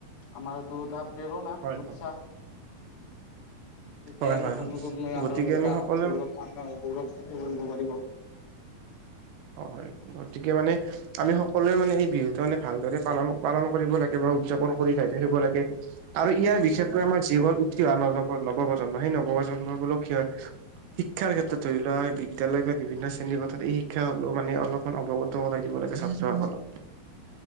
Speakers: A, on the left; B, on the right.
A: আমাৰ এইটো এটা প্ৰেৰণা,
B: হয়
A: উৎসাহ!
B: হয়
A: তেতিয়াহে,
B: হয় হয়
A: নতুন
B: হয়
A: প্ৰজন্মই আৰু
B: গতিকে
A: এটা
B: আমি সকলোৱে
A: গৌৰৱ, গৌৰৱ <unintelligible> কৰিব পাৰিব।
B: হয়, হয়! গতিকে মানে আমি
A: এনেকুৱা
B: সকলোৱে মানে, এই বিহুত এতিয়া মানে, ভালদৰে পালন, পালন কৰিব লাগে বা উদযাপন কৰি যাই থাকিব লাগে। আৰু ইয়াৰ বিশেষকৈ, আমাৰ জীৱন, উঠি অহা নৱ, নৱ-প্ৰজন্ম, সেই নৱ-প্ৰজন্ম বোলোঁ, <unintelligible> শিক্ষাৰ ক্ষেত্ৰত ধৰি লোৱা, বিদ্যালয় বা বিভিন্ন শ্ৰেণীৰ কথাত, এই শিক্ষা হ'লেও মানে, অলপমান অৱগত কৰাই দিব লাগে, ছাত্ৰসকলক।